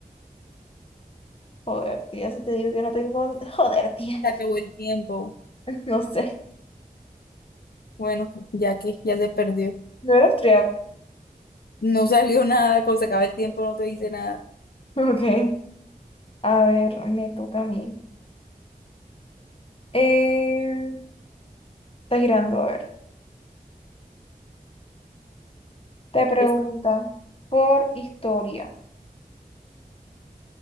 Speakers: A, on the left; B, on the left.
A: Joder, tía, si te digo que no tengo. Joder, tía.
B: se acabó el tiempo.
A: <laughs> No sé.
B: Bueno, ya que ya se perdió.
A: No era austriaco. <laughs>
B: No salió nada, cuando se acaba el tiempo no te dice nada.
A: Ok. A ver, me toca a mí. Eh, está girando, a ver. Te pregunta
B: Es
A: por historia.